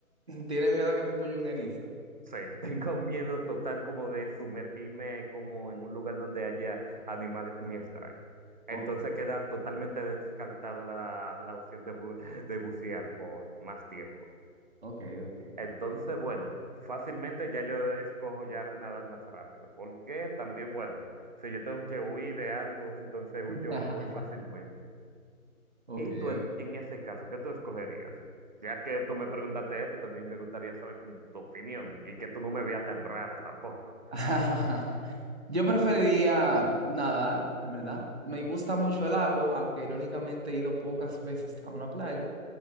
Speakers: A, on the right (about 50°); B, on the right (about 30°).
A: <laughs> tienes miedo a que te pulle un erizo?
B: sí, <laughs> tengo miedo total como de sumergirme como en un lugar donde haya animales muy extraños. Entonces
A: Ok,
B: queda totalmente descartado la, la opción de, bu- de bucear por más tiempo.
A: ok, ok.
B: Entonces, bueno, fácilmente ya yo escojo ya nadar más rápido, porque también, bueno, si yo tengo que huir de algo, <laughs> entonces huyo
A: <laughs>
B: muy fácilmente.
A: Ok,
B: ¿Y
A: ok.
B: tú en, en ese caso, qué tú escogerías? Ya que tú me preguntaste eso, también me gustaría saber como tu opinión y que tú no me veas tan raro tampoco.
A: <laughs> Yo preferiría nadar, en verdad. Me gusta mucho el agua, aunque irónicamente he ido pocas veces a una playa.